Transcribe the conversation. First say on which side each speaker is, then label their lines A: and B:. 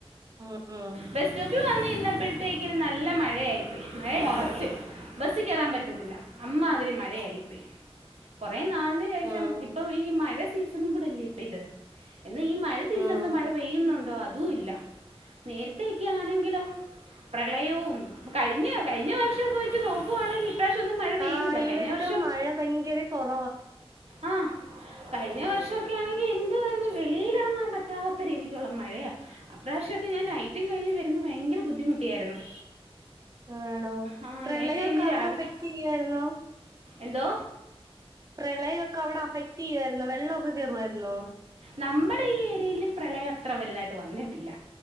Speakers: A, on the right; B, on the right.
A: ഉം ഉം
B: ബസ് സ്റ്റോപ്പിൽ വന്ന് ഇന്നപ്പോഴത്തേക്കിന് നല്ല മഴയായി പോയി മഴയങ്ങ് ഉറച്ച് റ പറ്റുന്നുല്ല അമ്മതിരി മഴയയി പോയി <unintelligible> നാലിന് ശേഷം
A: ഉം
B: ഇപ്പൊ ഈ മഴ സീസണും കൂടെല്ലേ ഇപ്പൊ ഇത് എന്നാ ഈ മഴ സീസണില്
A: ഉം
B: മഴ പെയ്യുന്നുണ്ടോ അതും ഇല്ല നേരത്ത ക്കെയണെങ്കിലോ പ്രളയവും കഴിഞ്ഞ കഴിഞ്ഞ വർഷംക്കെ വെച്ച് നോക്കുവാണെങ്കിൽ ഇപ്രാവശ്യം ഒന്നും മഴ പെയ്യുന്നില്ല
A: ആ് ഇവിട്ടം
B: കഴിഞ്ഞ വർഷം
A: മഴ ഭയങ്കര കുറ
B: ആ കഴിഞ്ഞ വർഷംക്കെ ആണെങ്കിൽ എന്ത് വുന്ന വെളിൽ ഇറങ്ങാൻ പ പറ്റാത്ത രീതി ക്കുള്ള മഴയാ അപ്രാവശ്യക്ക ഞാൻ നൈറ്റും കഴിഞ്ഞ് വരുന്ന ഭയങ്കര ബുദ്ധിമുട്ടിയായിരുന്നു
A: ആണോ
B: ആ
A: പ്രളയമക്കെ
B: നൈറ്റ് കഴിഞ്ഞ്
A: അവിടെ
B: രാവിലെ
A: അഫക്ട് ചെയ്യായിരുന്നോ
B: എന്തോ
A: പ്രളയൊക്കെ അവിടെ അഫക്ട് ചെയ്യുാരുന്നോ വെള്ളമൊക്കെ കേയറുവായിുന്ന
B: നമ്മുടെ ഈ ഏരിയൽ പ്രളയം അത്ര വലുതായിട്ട് വന്നിട്ടില്ല